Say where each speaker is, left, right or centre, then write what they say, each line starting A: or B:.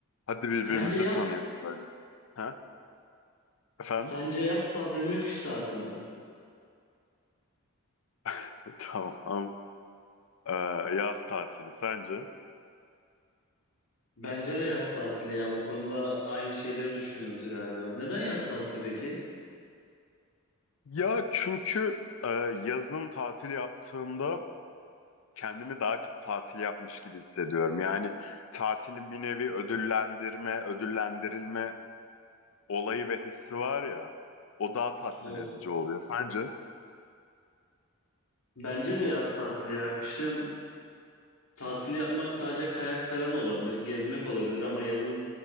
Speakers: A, on the left; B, on the left.
A: Hadi birbirimizi
B: Sence yaz
A: tanıyalım böyle. Ha? Efendim?
B: sence yaz tatili mi kış tatili mi?
A: <laughs> Tamam. Ee, yaz tatili sence?
B: Bence de yaz tatili ya. Bu konuda aynı şeyleri düşünüyoruz galiba. Neden yaz tatili peki?
A: Ya çünkü e, yazın tatil yaptığımda kendimi daha çok tatil yapmış gibi hissediyorum. Yani tatilin bir nevi ödüllendirme, ödüllendirilme olayı ve hissi var ya. O daha tatmin
B: Evet.
A: edici oluyor sence?
B: Bence de yaz tatili ya. Kışın tatil yapmak sadece kayak falan olabilir, gezmek olabilir ama yazın